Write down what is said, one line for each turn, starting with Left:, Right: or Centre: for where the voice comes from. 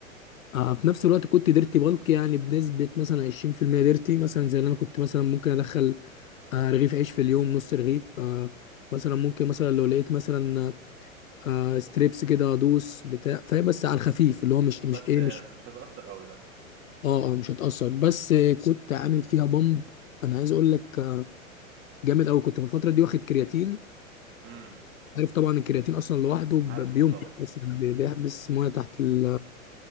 Left: آه، في نفس الوقت كنت ديرتي بالك يعني بنسبة مثلا 20% ديرتي مثلا زي اللي أنا كنت مثلا ممكن أدخل آه، رغيف عيش في اليوم نص رغيف آه، مثلا ممكن مثلا لو لقيت مثلا آه ستريبس كده ادوس بتاع فاهم بس على الخفيف اللي هو مش مش
Right: بس
Left: ايه
Right: آه،
Left: مش
Right: مش هتاثر قوي لا
Left: اه آه، مش هتأثر بس آه، كنت عامل فيها بامب انا عايز اقول لك آه، جامد قوي كنت في الفترة دي واخد كرياتين
Right: امم
Left: عارف طبعا الكرياتين اصلا لوحده ب-
Right: عارفه
Left: بينفخ
Right: طبعا
Left: أصلاً، بي- بيحبس ميه تحت ال